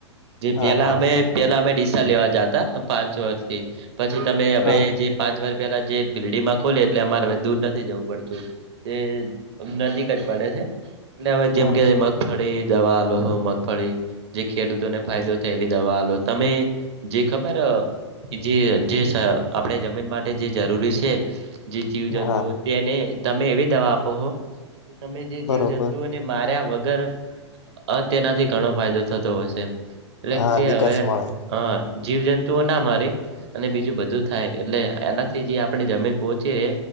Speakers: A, on the right; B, on the left.
A: જે
B: હા
A: પેલા
B: હા
A: અમે પેલા અમે ડીસા લેવા જતા પાંચ વર્ષથી પછી તમે હવે
B: હા
A: જે પાંચ વાર પેલા જે બિલ્ડીમાં ખોલી એટલે અમારે હવે દૂર નથી જવું પડતું. તે નજીક જ પડે છે એટલે હવે જેમ
B: હા
A: કે મગફળી દવા લોહ મગફળી જે ખેડૂતોને ફાયદો થાય એવી દવા આલો તમે જે ખબર જે જે સ આપણે જમીન માટે જે જરૂરી છે જે જીવ જંતુઓ
B: હા
A: તેને તમે એવી દવા આપો હો તમે જે
B: બરોબર
A: જીવ જંતુઓને માર્યા વગર અ તેનાથી ઘણો ફાયદો થતો હશે એટલે
B: હા
A: કે
B: વિકાસ
A: હવે
B: મળે.
A: હ જીવજંતુઓ ના મારી અને બીજું બધું થાય એટલે એનાથી જે આપણે જમીન પહોંચી રે